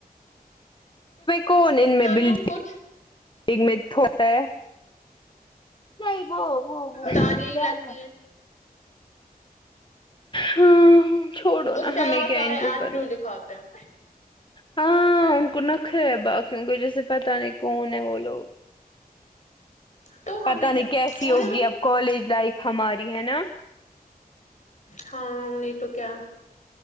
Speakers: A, on the left; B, on the left.
A: کون ان میں <unintelligible> بڈ
B: تم کچھ
A: بڈگ میںتا ہے نہیں وہ وہ وہ
B: تانیہ
A: کیا
B: ہی لگتی
A: ہوا ہے ہاں چھوڑو
B: اس
A: نا
B: کے
A: ہمیں
B: علاوہ
A: کیا
B: سارے
A: ان کے
B: ایٹیٹیوڈ
A: کرنے
B: دکھاتے ہیں
A: ہاں ان کو نخرے ہے باقیوں کو جیسے پتا نہیں کون ہے وہ لوگ
B: تو ہمیں
A: پتا نہیں
B: کیا
A: کیسی
B: ہونے
A: ہوگی
B: دو
A: اب کالج لائف ہماری ہے نا
B: ہاں نہیں تو کیا